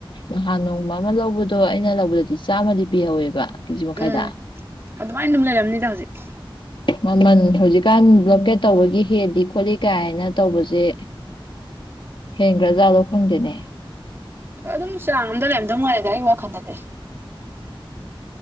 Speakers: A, on the left; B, on the right.
A: ꯅꯍꯥꯟ ꯅꯣꯡꯃ ꯑꯃ ꯂꯧꯕꯗꯣ ꯑꯩꯅ ꯂꯧꯕꯗꯗꯤ ꯆꯥꯝꯃꯗꯤ ꯄꯤꯍꯧꯋꯦꯕ ꯀꯦꯖꯤ ꯃꯈꯥꯏꯗ
B: ꯎꯝ ꯑꯗꯨꯃꯥꯏꯅ ꯑꯗꯨꯝ ꯂꯩꯔꯝꯅꯤꯗ ꯍꯧꯖꯤꯛ
A: ꯃꯃꯜ ꯍꯧꯖꯤꯛꯀꯥꯟ ꯕ꯭ꯂꯣꯀꯦꯠ ꯇꯧꯕꯒꯤ ꯍꯦꯜꯂꯤ ꯈꯣꯠꯂꯤ ꯀꯥꯏꯅ ꯇꯧꯕꯖꯦ ꯍꯦꯟꯒ꯭ꯔꯖꯥꯠ ꯂꫭ ꯈꯪꯗꯦꯅꯦ
B: ꯑꯗꯨꯝ ꯆꯥꯡ ꯑꯝꯗ ꯂꯩꯔꯝꯗꯧꯃꯥꯜꯂꯤꯗ ꯑꯩ ꯋꯥꯈꯟꯗꯗꯤ